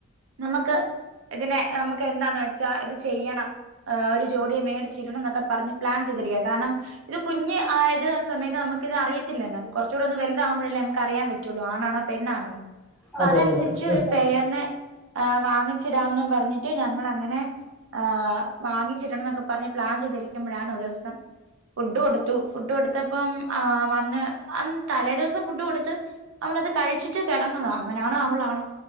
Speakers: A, on the right; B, in the centre.
A: നമുക്ക് പെ ഇതിനെ നമുക്ക് എന്താന്ന് വെച്ചാ ഇത് ചെയ്യണം ആ ഒരു ജോഡിയെ മേടിച്ചിടണം എന്നൊക്കെ പറഞ്ഞ് പ്ലാൻ ചെയ്തിരിക്കുക കാരണം ഇത് കുഞ് ആയത് സമയത്ത് നമുക്ക് ഇത് അറിയത്തില്ലോ കുറച്ചൂന്ന് വലതകുമ്പോഴല്ലേ നമക്ക് അറിയാൻ പറ്റു ട്ടള്ളൂ ആണാണോ പെണ്ണാണോ
B: അതെ
A: അതനുസരിച്ച്
B: അതെ ഉം.
A: ഒരു പേയറിനെ വാങ്ങി ച്ചിടാംന്ന് പറഞ്ഞിട്ട് ഞങ്ങൾ അങ്ങനെ ആ് വാങ്ങിച്ചിടണം എന്നൊക്കെ പറഞ്ഞ് പ്ലാൻ ചെയ്തിരിക്കുമ്പോഴാണ് ഒരു ദിവസം ഫുഡ് കൊടുത്തു ഫുഡ് കൊടുത്തപ്പം ആ വന്ന് തലേ ദിവസം ഫുഡ് കൊടുത്ത് അവനത് കഴിച്ചിട്ട് കിടന്നതാ അവനാണോ അവളാണോ